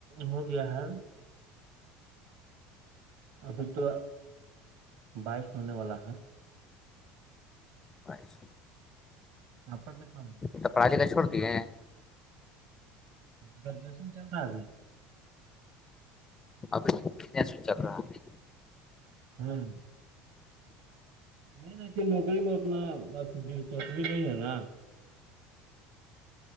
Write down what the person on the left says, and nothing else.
بش
تو پراجی کا چھوڑتی ہیں
ابھیس بھی چل رہا ہے